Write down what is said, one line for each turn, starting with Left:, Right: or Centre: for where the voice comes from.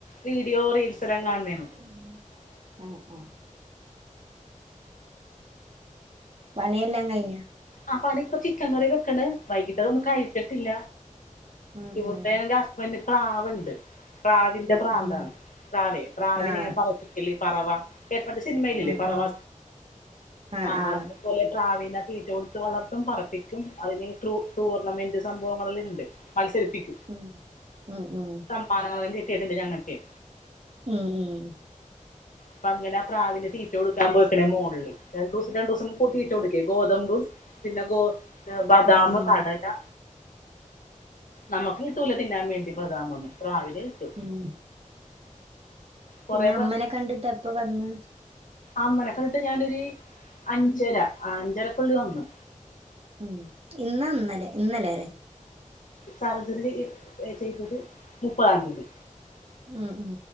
Left: വീഡിയോ റീൽസ് എല്ലാം കാണുന്നാണ്.
Right: ഉം അ ആ പണിയെല്ലാം കഴിഞ്ഞോ
Left: അ പണി ഇപ്പ ചിക്കൻ കറി വെക്കണ് വൈകിട്ട് അതൊന്നും കഴിച്ചിട്ടില്ല
Right: ഉം
Left: ഇവിടത്തെ.
Right: ഉം
Left: പിന്നെ പ്രാവ്ണ്ട് പ്രാവിന്റെ പ്രാന്താണ്
Right: ഉം
Left: പ്രാവ് പ്രാവിന
Right: ആഹ്
Left: ഇങ്ങനെ പറ പറവാ കേ <unintelligible> സിനിമേല്ലില്ലേ
Right: ഉം
Left: പറവാ
Right: ഉം ആഹ്
Left: ആ
Right: ആഹ്
Left: അത് അതുപോലെ പ്രാവീനെ തീറ്റ കൊ വളർത്തും പറപ്പിക്കും അതിന് ട്രൂ ടൂർണമെന്റ് സംഭവങ്ങളിൽ ഉണ്ട് മത്സരിപ്പിക്കും.
Right: ഉം ഉം ഉം
Left: <unintelligible> കിട്ടിട്ടുണ്ട് ഞങ്ങൾക്കെയ്.
Right: ഉം ഉം
Left: അപ്പ അങ്ങനെ ആ പ്രാവിന്‌ തീറ്റ കൊടുക്കാൻ പോയിക്ക്ണ് മുകളില് രണ്ട് ദിവസം രണ്ട് ദിവസം കൂടി തീറ്റ കൊടുക്ക ഗോതമ്പും പിന്നെ ഗോ ബാദാം
Right: ഉം ഉം
Left: കട ടല നമുക്ക് കീട്ടുല തിന്നാൻ വേണ്ടി ബതാ മൊന്നും പ്രാവിനെ കിട്ടു.
Right: ഉം പിന്നെ
Left: കൊറേ
Right: അമ്മനെ കണ്ടിട്ട് എപ്പൊ വന്ന്?
Left: അമ്മനക്കണ്ടിട്ട് ഞാനൊരു അഞ്ചര അഞ്ചരക്കുള്ളിൽ വന്നു.
Right: ഉം ഇന്നോ ഇന്നലെ ഇന്നലെലെ
Left: സർജറി ചെയ്തത് മുപ്പതാം തീയതി.
Right: ഉം ഉം